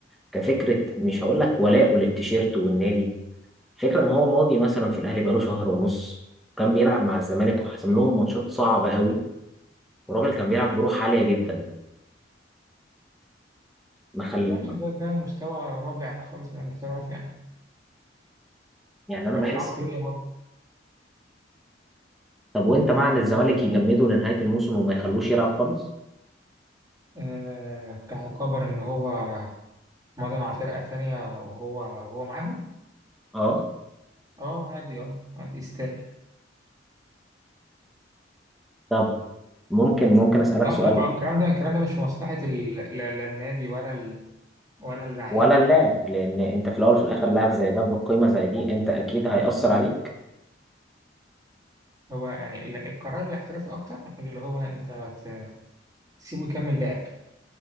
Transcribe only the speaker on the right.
ماشي
دلوقتي ده مستوى رابع خالص من الاحتراف يعني
أو
العقلية برضه
آه كعقابر إن هو مضى مع فرقة تانية وهو وهو معاهم
اه عادي اه آه، يستاهل
اه
م- آه، الكلام ده الكلام ده مش في مصلحة ال- لا لا النادي ولا ال- ولا اللعيب
هو يعني ال- القرار الاحترافي اكتر اللي هو انت ت- تسيبه يكمل لعب